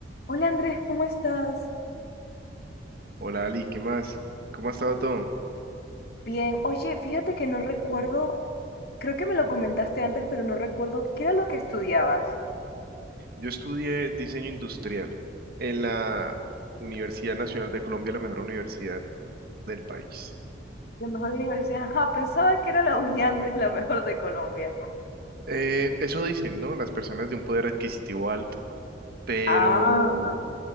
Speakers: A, on the left (about 55°); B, on the right (about 55°).
A: Hola Andrés, ¿cómo estás?
B: Hola Ali, ¿qué más? ¿Cómo ha estado todo?
A: Bien, oye, fíjate que no recuerdo, creo que me lo comentaste antes, pero no recuerdo qué era lo que estudiabas.
B: Yo estudié diseño industrial en la Universidad Nacional de Colombia, la mejor universidad del país.
A: La mejor universidad, <laughs> ajá, pensaba que era la Uniandes, la mejor de Colombia.
B: Eh, eso dicen, ¿no? Las personas de un poder adquisitivo alto, pero,
A: Ah,